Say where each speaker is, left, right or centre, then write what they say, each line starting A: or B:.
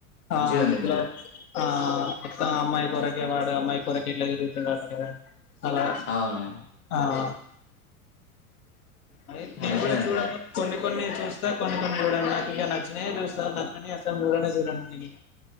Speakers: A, on the left; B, on the left.
A: మంచిగుంది
B: ఆ వృత్తిలో
A: మూవీ.
B: ఆ అమ్మాయి కొరకే వాడే అమ్మాయి కూరకట్లాదిది కద అలా
A: అవును.
B: ఆ <inaudible> అదే నేను
A: మంచిగుంది
B: కూడా చెడ్క్
A: అది.
B: కొన్ని కొన్ని చూస్తా కొన్ని కొన్ని చూడను నాకి ఇక నచ్చినాయి చూస్తా నచ్ అన్నీ అసలు జూడానే జూడానండి